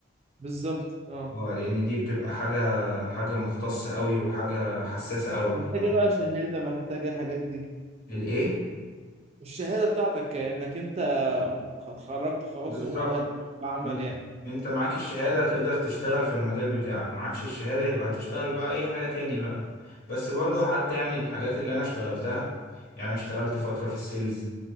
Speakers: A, on the right; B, on the left.
A: بالظبط اه
B: اه لان دي بتبقى حاجة حاجة مختصة قوي وحاجة حساسة قوي
A: محتاجه
B: ف
A: بقى شهاده محتاجه الحاجات دي
B: الايه
A: الشهاده بتاعتك انك انت اتخرجت خلاص
B: بالظبط
A: ومؤهل للعمل
B: إن-
A: يعني
B: انت معاك الشهادة تقدر تشتغل في المجال بتاعك معكش الشهادة يبقى هتشتغل بقى اي حاجة تاني بقى بس برضو
A: بالظبط
B: حتى يعني الحاجات اللي انا اشتغلتها يعني أنا اشتغلت فترة في السيلز